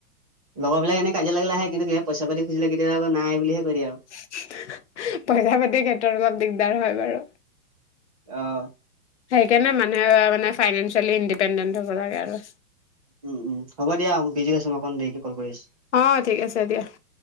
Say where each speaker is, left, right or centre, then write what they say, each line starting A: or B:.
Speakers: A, on the right (about 25°); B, on the left (about 50°).
A: লগৰবিলাক এনে কাজিয়া লাগিলে আহে কিন্ত সেয়ে পইচা-পাতি খুজিলে কেতিয়াবা আকৌ নাই বুলিহে কৈ দিয়ে আৰু
B: পইচা-পাতি ক্ষেত্ৰত অলপ দিগ দাৰ হয় বাৰু।
A: অঁ।
B: সেইকাৰণে মানুহে মানে ফাইনেন্স চেলি ইণ্ডিপেণ্ডেণ্ট হ'ব লাগে আৰু।
A: উম- উম, হ'ব দিয়া বিজি আছো, মই অকন দেৰিকে কল কৰি আছো,
B: অ ঠিক আছে দিয়া